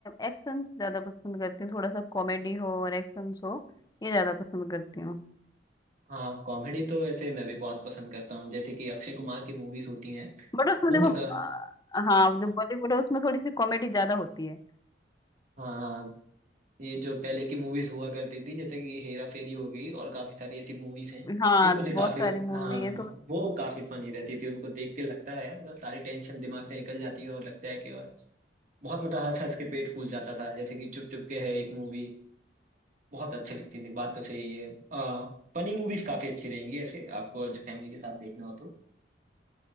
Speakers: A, on the left; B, on the right.
A: एक्शन ज्यादा पसंद करती हूँ थोड़ा सा कॉमेडी हो और एक्शन हो ये ज्यादा पसंद करती हूँ
B: हाँ कॉमेडी तो वैसे मैं भी बहुत पसंद करता हूँ जैसे कि अक्षय कुमार की मूवीज होती हैं
A: बट उसमें
B: वो
A: देखो
B: मेरे
A: अ,
B: का
A: हाँ जो बॉलीवुड है उसमें थोड़ी सी कॉमेडी ज्यादा होती है
B: हाँ हाँ ये जो पहले की मूवीज हुआ करती थी जैसे कि हेरा फेरी हो गई और काफी सारी ऐसी मूवीज हैं
A: हाँ
B: वो मुझे
A: बहुत
B: काफी
A: सारी मूवी
B: हाँ
A: है तो
B: वो काफी फनी रहती थी उनको देख के लगता है मतलब सारी टेंशन दिमाग से निकल जाती है और लगता है कि और बहुत मतलब हंस हंस के पेट फूल जाता था जैसे कि चुप चुप के है एक मूवी बहुत अच्छी लगती थी बात तो सही है आ, फनी मूवीज काफी अच्छी रहेंगी ऐसे आपको और जो फैमिली के साथ देखना हो तो